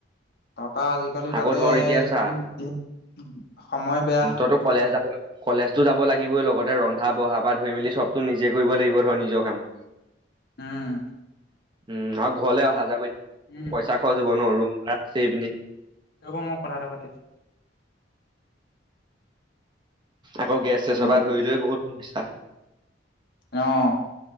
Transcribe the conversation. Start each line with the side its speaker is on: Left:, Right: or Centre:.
Left: তাপৰা আজিকালি
Right: আকৌ
Left: তাতে
Right: ধৰ এতিয়া
Left: এইবোৰ
Right: চা
Left: দিন সময় বেয়া।
Right: তইটো কলেজ যা কলেজতো যাব লাগিবই লগতে ৰন্ধা বঢ়া পৰা ধৰি মেলি চবতো নিজে কৰিব লাগিব ধৰ নিজৰ কাম। <unintelligible>
Left: উম।
Right: উম' আৰু ঘৰলৈ অহা যোৱা
Left: উম,
Right: পইচা খৰচ হব ন, ৰুম এই পিনে
Left: হব মই কথা এটা পাতিম।
Right: আকৌ' গেছ চেছৰ
Left: উম,
Right: পৰা ধৰি লৈ বহুত সমস্যা।
Left: অঁ।